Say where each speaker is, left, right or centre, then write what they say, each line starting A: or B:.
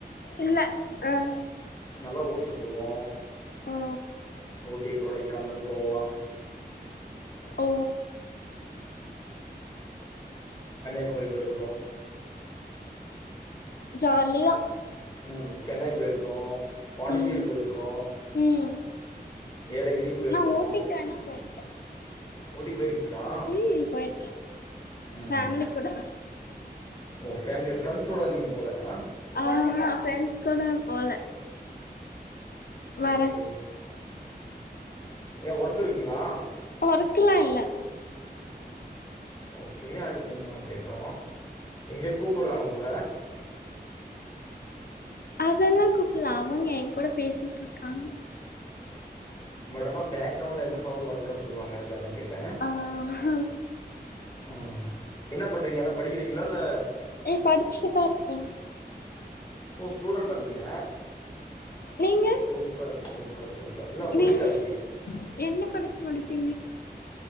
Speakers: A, on the left; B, on the left.
A: இல்ல ஹ்ம்
B: நல்லா ஊர் சுத்துவோம்
A: ஓ
B: ஊட்டி கொடைக்கானல் கோவா
A: ஓ
B: ஒரு மாரி போயி
A: ஜாலிதா
B: ம் சென்னை போயிருக்கோம் பாண்டிச்சேரி
A: ம்
B: போயிருக்கோம்
A: ம்
B: ஏலகிரி போயிருக்கோம்
A: நா ஊட்டிக்கு வேணா போயிருக்கே
B: ஊட்டி போயிருக்கீங்களா
A: ம் போயிருக்கே
B: உம்
A: ஃபேமிலி கூட
B: ஓ ஃபேமிலிய ஃப்ரெண்ட்ஸோட நீங்க போல ஆ
A: ஆ ஃண்டஸ் கூட போல வரே
B: ஓகே ஏன் ஒர்க் இருக்குங்களா?
A: ஒர்க்லாம் இல்ல
B: ஓ ஃப்ரீயா இருப்பீங்களான்னு கேட்டோம் எங்கயோ கூப்பிடுறாங்க போல
A: அதெல்லாம் கூப்பிடலாம் அவங்க என் கூட பேசிட்டு இருக்காங்க
B: பட் ஆனா பேக்ரவுண்ட்ல எந்த சவுண்ட் உம் வர கூடாதுனு சொல்லுவாங்க அதுகாக தான் கேட்ட
A: ஆ ஹ
B: ஆ என்ன பண்றீங்க என்ன படிக்கிறீங்களா இல்ல
A: உம் படிச்சுட்டுதான் இருக்கேன்
B: ஓ ஸ்டூடெண்டட்டா நீங்க
A: நீங்க
B: சூப்பர் சூப்பர் சூப்பர் இல்ல முடிச்சாச்சு
A: நீங்க என்ன படிச்சு முடிச்சு